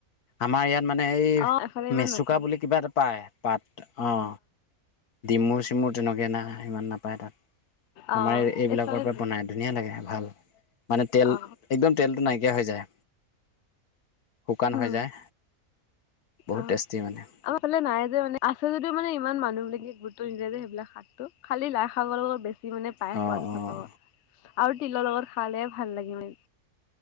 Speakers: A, on the left; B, on the left.
A: আমাৰ ইয়াত মানে এই
B: অ এফালে ইমান
A: মেচুকা
B: নকয়
A: বুলি কিবা এটা পায় পাত অ'। ডিমুৰ চিমুৰ তেনেকে নাই সিমান নাপায় তাত।
B: অ
A: আমাৰ ইয়াত এইবিলাকৰ
B: এইফালে
A: পৰা বনাই ধুনীয়া লাগে ভাল মানে তেল
B: অ
A: একদম তেলটো নাইকিয়া হৈ যায়। শুকান
B: উম
A: হৈ যায়, বহুত
B: অ
A: টেষ্টি মানে।
B: আমাৰ ফালে নাই যে মানে আছে যদিও মানে ইমান মানুহবিলাকে গুৰুত্ব নিদিয়ে যে সেইবিলাক শাকটো, খালি লাই শাকৰ লগত বে মানে পাই
A: অঁ
B: সোৱাদ <unintelligible>
A: অঁ
B: আৰু তিলৰ লগত খালে ভাল লাগে মানে।